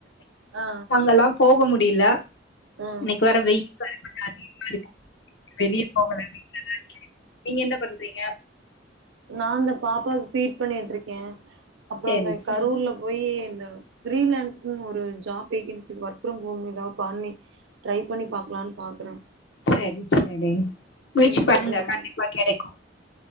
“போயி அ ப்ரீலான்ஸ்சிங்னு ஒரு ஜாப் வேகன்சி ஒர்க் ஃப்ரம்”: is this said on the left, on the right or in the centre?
Right